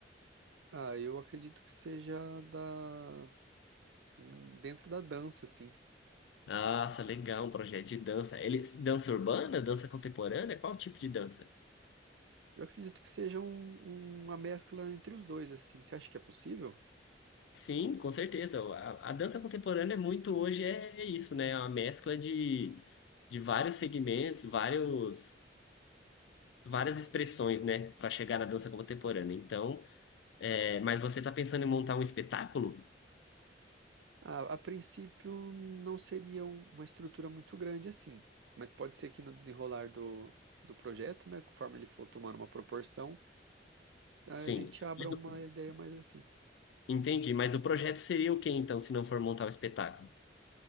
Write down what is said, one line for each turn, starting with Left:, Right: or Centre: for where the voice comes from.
Right: Ah, eu acredito que seja da dentro da dança, assim.
Left: Nossa, legal, um projeto de dança. Ele, dança urbana, dança contemporânea? Qual tipo de dança?
Right: Eu acredito que seja um- uma mescla entre os dois, assim. Você acha que é possível?
Left: Sim, com certeza. A, a dança contemporânea é muito hoje é, é isso, né? É uma mescla de, de vários segmentos, vários. várias expressões, né, para chegar na dança contemporânea. Então, é, mas você está pensando em montar um espetáculo?
Right: A, a princípio não seria um- uma estrutura muito grande assim, mas pode ser que no desenrolar do, do projeto, né, conforme ele for tomando uma proporção, a
Left: Sim.
Right: gente abra
Left: Mas
Right: uma
Left: o-
Right: ideia mais assim.
Left: entendi. Mas o projeto seria o quê, então, se não for montar um espetáculo?